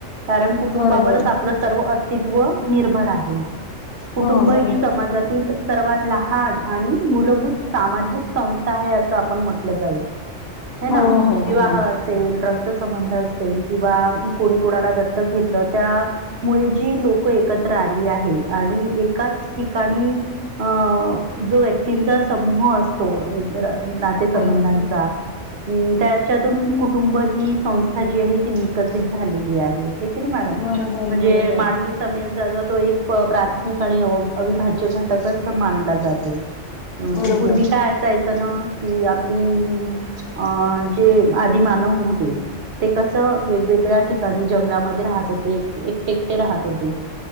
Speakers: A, on the right (about 60°); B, on the left (about 65°).
A: कारण कुटुंबावरच
B: बरोबर
A: आपलं सर्व अस्तित्व निर्भर आहे. कुटुंब
B: हो
A: ही
B: बरोबर
A: समाजातील सर्वात लहान आणि मूलभूत सामाजिक संस्था आहे असं आपण म्हटलं जाईल. ह
B: हो
A: ना
B: हो
A: विवाह
B: हो
A: अस रक्तसंबंध असेल किंवा कोणी कुणाला दत्तक घेतलं त्या मु जी लोक एकत्र आली आहे आणि एकाच ठिकाणी अ जो व्यक्तींचा समूह असतो एक ना. संबंधांचा
B: बरोबर
A: हम् त्याच्यातून कुटुंब ही संस्था जी आहे ती विकसित झालेली आहे. मॅडम
B: बरोबर
A: म्हणजे
B: बरोबर
A: मानवी स तो एक प्राथमिक आणि अविभाज्य घटकच मानला जातो. हम्
B: बरोबर
A: पूर्वी काय असायचं ना. कि आपली अं जे आधि मानव होते. ते कसं वेगवेगळ्या ठिकाणी जंगलामध्ये राहत होते एकटेकटे राहत होते.